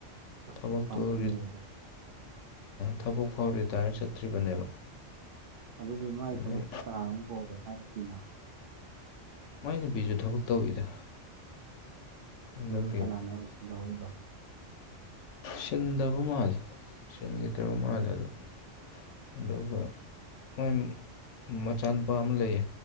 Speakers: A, on the right; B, on the left.
A: ꯑꯁ
B: ꯊꯕꯛꯇꯨ
A: ꯄꯥꯝꯃꯨꯏꯅꯦ
B: ꯔꯤ
A: ꯑꯗꯨꯗꯤ
B: ꯊꯕꯛ ꯐꯥꯎ ꯔꯤꯇꯥꯌꯔ ꯆꯠꯇ꯭ꯔꯤꯕꯅꯦꯕ
A: ꯑꯗꯨꯗꯤ ꯃꯥꯏ
B: ꯑꯗꯩ
A: ꯊꯕꯛꯇꯨ ꯀꯅꯥꯅꯃꯨꯛ ꯄꯨꯍꯧꯔꯦ ꯃꯥꯏ ꯅꯨꯄꯤꯅ
B: ꯃꯥꯏ ꯅꯨꯄꯤꯁꯨ ꯊꯕꯛ ꯇꯧꯋꯤꯗ꯫ ꯑꯗꯨꯒꯤ
A: ꯅꯪꯗꯤ ꯀꯅꯥꯅ ꯁꯤꯜꯂꯧꯔꯤꯕ꯫
B: ꯁꯤꯟꯗꯕ ꯃꯥꯜꯂꯦ ꯁꯤꯟꯒꯤꯗ꯭ꯔꯕ
A: ꯎꯝ
B: ꯃꯥꯜꯂꯦ ꯑꯗꯨꯝ꯫ ꯑꯗꯨꯒ ꯃꯣꯏ ꯃꯆꯥꯅꯨꯄꯥ ꯑꯃ ꯂꯩꯌꯦ꯫